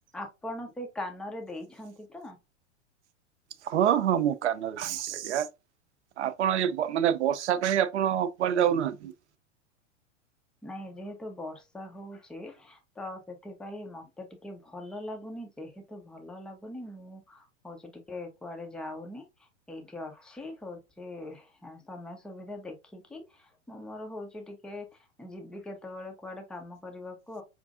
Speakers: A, in the centre; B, on the right.
A: ଆପଣ ସେ କାନରେ ଦେଇଛନ୍ତି ତ?
B: ହଁ ହଁ ମୁଁ କାନରେ ଦେଇଛି ଆଜ୍ଞା। ଆପଣ ଏ ବ ମାନେ ବର୍ଷା ପାଇଁ ଆପଣ କୁଆଡ଼େ ଯାଉନାହାନ୍ତି?
A: ନାଇଁ ଯେହେତୁ ବର୍ଷା ହଉଛି ତ ସେଥିପାଇଁ ମତେ ଟିକେ ଭଲ ଲାଗୁନି ଯେହେତୁ ଭଲ ଲାଗୁନି ମୁଁ ହଉଛି ଟିକେ କୁଆଡେ ଯାଉନି ଏଇଠି ଅଛି ହଉଛି ଏ ସମୟ ସୁବିଧା ଦେଖିକି ମୁଁ ମୋର ହଉଛି ଟି କେ ଯିବି କେତେବେଳେ କୁଆଡେ କାମ କରିବାକୁ